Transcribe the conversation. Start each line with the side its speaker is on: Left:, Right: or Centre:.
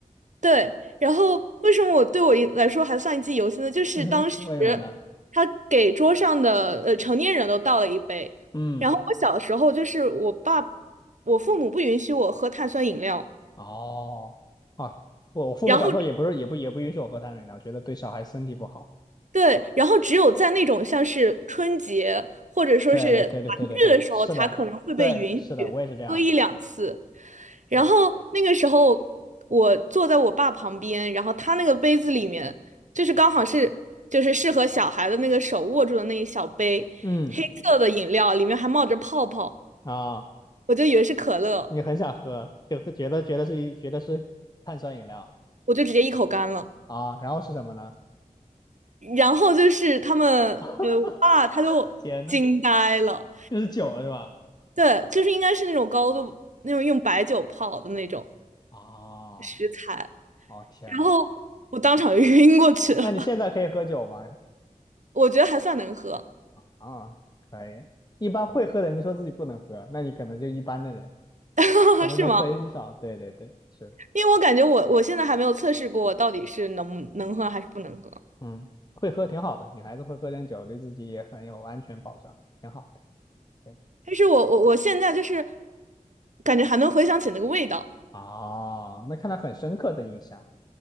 Right: 对，然后为什么我对我一来说还算一记忆犹新呢？就是当时
Left: 嗯哼，为什么呢？
Right: 他给桌上的呃成年人都倒了一杯，
Left: 嗯，
Right: 然后我小时候就是我爸，我父母不允许我喝碳酸饮料，
Left: 哦，啊，我我父母小时候也不是也不也不允许我喝碳酸饮料，
Right: 然后
Left: 我觉得对小孩身体不好。
Right: 对，然后只有在那种像是春节或者说是团聚的时候，
Left: 对对对对对对对，是的，
Right: 才可能会被允许喝一两次。
Left: 对是的，我也是这样的，
Right: 然后那个时候，
Left: 对，
Right: 我坐在我爸旁边，然后他那个杯子里面，就是刚好是就是适合小孩的那个手握住的那一小杯黑色的饮料，
Left: 嗯
Right: 里面还冒着泡泡，
Left: 啊，
Right: 我就以为是可乐，
Left: 你很想喝，就觉得觉得是觉得是碳酸饮料。
Right: 我就直接一口干了。
Left: 啊，然后是什么呢？
Right: 然后就是他们，
Left: <laughs>
Right: 呃，我爸他就惊呆了。
Left: 天呐，这是酒了是吧？
Right: 对，就是应该是那种高度，那种用白酒泡的那种
Left: 哦，
Right: 食材，
Left: 哦天呐，
Right: 然后我当场就 <laughs> 晕过去了，
Left: 那你现在可以喝酒吗？
Right: 我觉得还算能喝，
Left: 啊，可以。一般会喝的人就说自己不能喝，那你可能就一般的人，
Right: <laughs>
Left: 可能能喝一少。
Right: 是吗？
Left: 对对对，是的，
Right: 因为我感觉我我现在还没有测试过我到底是能能喝还是不能喝，
Left: 嗯，会喝挺好的，女孩子会喝点酒，对自己也很有安全保障，挺好的。对，
Right: 但是我我我现在就是感觉还能回想起那个味道。
Left: 哦，那看来很深刻的印象。